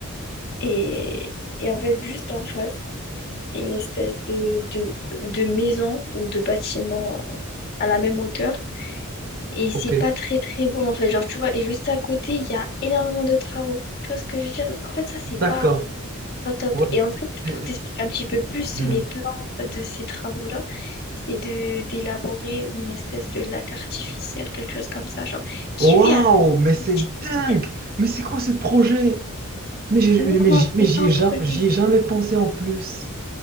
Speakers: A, on the left; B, on the right.
A: Et, et en fait, juste en face, il y a une espèce de, de, de maison ou de bâtiment euh, à la même hauteur. Et c'est
B: Ok,
A: pas très, très beau, en fait. Genre, tu vois, et juste à côté, il y a énormément de travaux. Tu vois ce que je veux dire? En fait, ça, c'est
B: d'accord.
A: pas. Pas top.
B: Ouais.
A: Et en fait, pour
B: C'est-
A: t'expliquer un petit peu plus
B: hmm.
A: les plans de ces travaux-là, c'est de d'élaborer une espèce de lac artificiel, quelque chose comme ça, genre, qui
B: Waouh,
A: fait un... lac
B: mais c'est
A: artificiel.
B: dingue! Mais c'est quoi ce projet? Mais j'ai-
A: Non,
B: mais
A: non,
B: j'y mais
A: c'est
B: j'y
A: pas un
B: ai, ja-
A: projet.
B: j'y ai jamais pensé en plus.